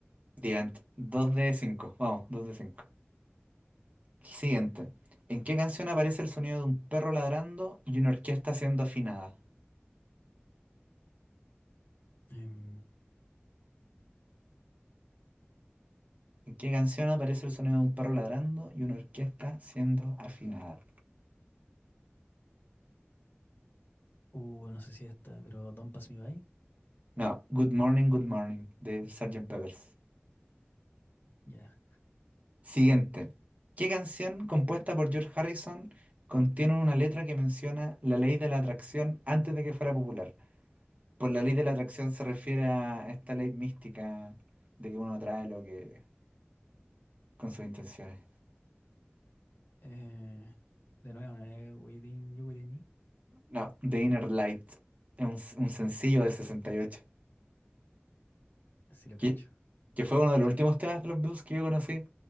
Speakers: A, on the right; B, on the left.
A: The End. 2 de 5. Vamos, 2 de 5. Siguiente. ¿En qué canción aparece el sonido de un perro ladrando y una orquesta siendo afinada?
B: Em,
A: ¿En qué canción aparece el sonido de un perro ladrando y una orquesta siendo afinada?
B: uh, no sé si esta, pero Don't Pass Me By.
A: No, Good Morning, Good Morning, del Sgt. Peppers.
B: Ya.
A: Siguiente. ¿Qué canción compuesta por George Harrison contiene una letra que menciona la ley de la atracción antes de que fuera popular? Por la ley de la atracción se refiere a esta ley mística de que uno atrae lo que con sus intenciones.
B: Eh, de nuevo, ¿no es Within You, Within Me?
A: No, The Inner Light, es un, un sencillo del 68
B: Sí lo
A: que,
B: cacho.
A: que fue uno de los últimos temas de los Beatles que yo conocí.